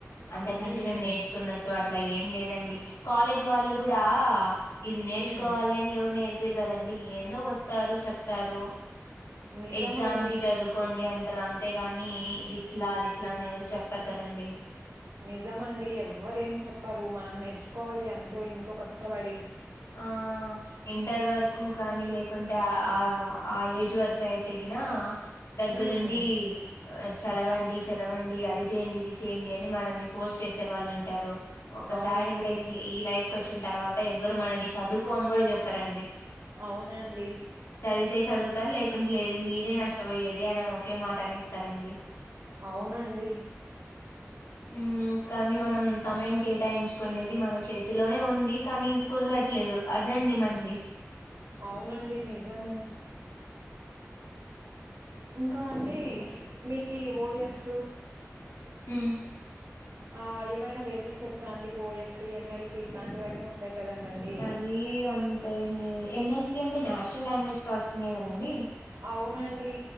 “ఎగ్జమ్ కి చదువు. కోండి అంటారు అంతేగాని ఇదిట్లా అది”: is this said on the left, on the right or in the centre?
Left